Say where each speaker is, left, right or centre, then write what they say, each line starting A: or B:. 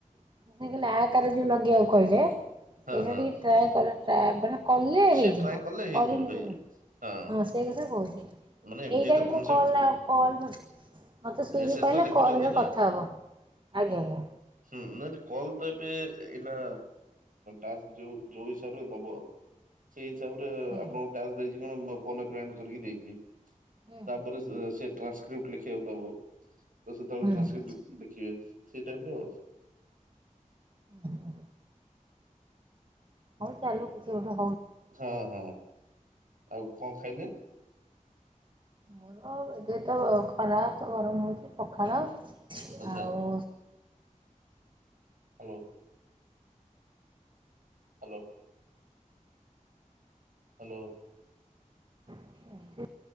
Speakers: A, on the right; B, on the right.
A: <inaudible> ଆକାର ଯୋଉ ଲଗେଇବାକୁ କହେ?
B: ହଁ
A: ଏଇଟା
B: ହଁ
A: ଟିକେ ଟ୍ରାଏ କର ଟ୍ରାଏ କର। କଲେ
B: ସେ
A: ହେଇଯିବ
B: ଟ୍ରାଏ କଲେ ହେଇଯିବ
A: କରିନି
B: ହେଇଯିବ
A: ତେ
B: ହଁ
A: ସେଇ କଥା କହୁଚି।
B: ମାନେ ଏମିତି
A: ଏଇଟା
B: ତ
A: ବି
B: କମ
A: ମୁଁ
B: ସେ
A: କଲ
B: କମ
A: କଲ ମୋତେ ସିଏ
B: ମେସେଜ
A: ବି କହିଲା
B: ତ ଲେଖୁଛନ୍ତି
A: କଲ୍ ରେ
B: ନା
A: କଥା ହେବ ଆଜ୍ଞା ଆଜ୍ଞା।
B: ହୁଁ ନାଇ କଲ ତ ଏବେ ଏଇନା ବାସ ଯୋଉ ହିସାବରେ ଦବ। ସେଇ ହିସାବରେ
A: ଆଜ୍ଞା
B: ଆପଣଙ୍କୁ ଟାସ୍କ ଦେଇଛି କଣ ଫୋନ ଆ ଫ୍ରେଣ୍ଡ କରିକି ଦେଇଛି
A: ହୁଁ
B: ତାପରେ ସେ ଟ୍ରାନ୍ସକ୍ରିପ୍ଟ ଲେଖିବାକୁ ଦେବ ସେତେବେଳେ
A: ହୁଁ
B: ଟ୍ରାନ୍ସକ୍ରିପ୍
A: ହୁଁ।
B: ଲେଖିବେ। ସେଇଟାପର
A: ହୁଁ। ହଉ ଚାଲୁ କିଛି ଗୋଟ
B: ହଁ ହଁ ଆଉ କଣ ଖାଇଲେ?
A: ମୋର ଏ ତ ଖରା ତ ଗରମ ହେଉଛି ପଖାଳ
B: ଆଚ୍ଛା
A: ଆଉ
B: ହ୍ୟାଲୋ? ହ୍ୟାଲୋ? ହ୍ୟାଲୋ?
A: <inaudible>